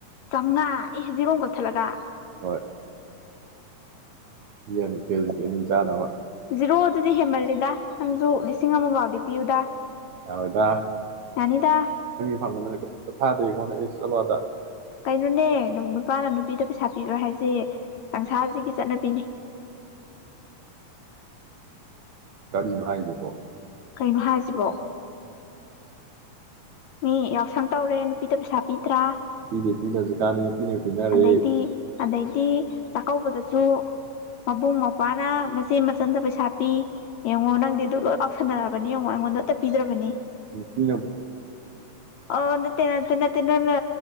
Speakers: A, on the left; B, on the right.
A: ꯆꯥꯝꯉꯥ ꯑꯦ ꯖꯤꯔꯣ ꯑꯃ ꯀꯛꯊꯠꯂꯒ
B: ꯍꯣꯏ ꯌꯦꯟ ꯀꯦꯖꯤ ꯑꯅꯤ ꯆꯥꯅꯕ
A: ꯖꯤꯔꯣ ꯑꯗꯨꯗꯤ ꯍꯦꯟꯃꯜꯂꯦꯗ ꯅꯪꯁꯨ ꯂꯤꯁꯤꯡ ꯑꯃꯐꯥꯎꯗꯤ ꯄꯤꯌꯨꯗ
B: ꯌꯔꯣꯏꯗ
A: ꯌꯥꯅꯤꯗ
B: <unintelligible> ꯊꯥꯗꯦ ꯑꯩꯉꯣꯟꯗ ꯆꯠꯂꯣ ꯑꯗ
A: ꯀꯩꯅꯣꯅꯦ ꯅꯨ ꯅꯨꯄꯥꯅ ꯅꯨꯄꯤꯗ ꯄꯩꯁꯥ ꯄꯤꯕ ꯍꯥꯏꯕꯁꯦ ꯁꯪꯁꯥꯔꯁꯤꯒꯤ ꯆꯠꯅꯕꯤꯅꯤ
B: ꯀꯥꯔꯤꯅꯣ ꯍꯥꯏꯁꯤꯕꯣ
A: ꯀꯩꯅꯣ ꯍꯥꯏꯁꯤꯕꯣ ꯃꯤ ꯌꯥꯎꯁꯪ ꯇꯧꯔꯦ ꯄꯤꯗ ꯄꯩꯁꯥ ꯄꯤꯗ꯭ꯔꯥ
B: ꯄꯤꯗꯦ ꯄꯤꯗꯦ ꯍꯧꯖꯤꯛꯀꯥꯟꯗꯤ ꯄꯤꯅ ꯄꯤꯅꯔꯦ
A: ꯑꯗꯩꯗꯤ ꯑꯗꯩꯗꯤ ꯆꯥꯛꯀꯧꯕꯗꯁꯨ ꯃꯕꯨꯡ ꯃꯧ꯭ꯅ ꯃꯆꯦ ꯃꯆꯟꯗ ꯄꯩꯁꯥ ꯄꯤ ꯌꯦꯡꯉꯣ ꯅꯪꯗꯤ ꯑꯗꯨ ꯂꯣꯏ ꯀꯥꯎꯁꯟꯅꯔꯕꯅꯤ ꯌꯦꯡꯉꯣ ꯑꯩꯉꯣꯟꯗ ꯑꯇ ꯄꯤꯗ꯭ꯔꯕꯅꯤ
B: ꯎ ꯏ
A: ꯑ ꯇ ꯅ ꯇ ꯅ ꯇꯅꯅ